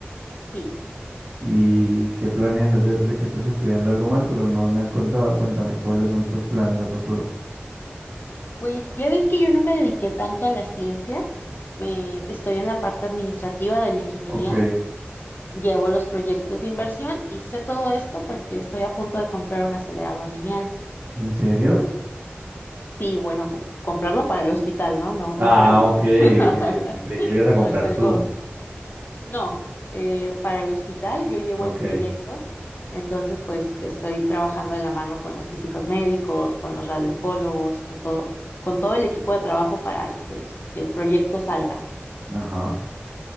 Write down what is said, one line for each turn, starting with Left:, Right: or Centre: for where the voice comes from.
Left: Sí,
Right: ¿Y qué planeas hacer? Sé que estás estudiando algo más, pero no me has contado. Cuéntame, ¿cuáles son tus planes a futuro?
Left: pues ya ves que yo no me dediqué tanto a la ciencia, me estoy en la parte administrativa de la ingeniería,
Right: Ok,
Left: Llevo los proyectos de inversión y sé todo esto porque estoy a punto de comprar un acelerador lineal.
Right: ¿en serio?
Left: Sí, bueno, co- comprarlo para el hospital, ¿no? No, no
Right: Ah,
Left: para mí.
Right: ok,
Left: <laughs>
Right: ok, ok, creí que le ibas a comprar
Left: No, es algo.
Right: tú.
Left: No, eh, para el hospital yo llevo
Right: Ok,
Left: el proyecto, entonces pues estoy trabajando de la mano con los físicos médicos, con los radioncólogos, con todo, con todo el equipo de trabajo para pues que el proyecto salga.
Right: ajá.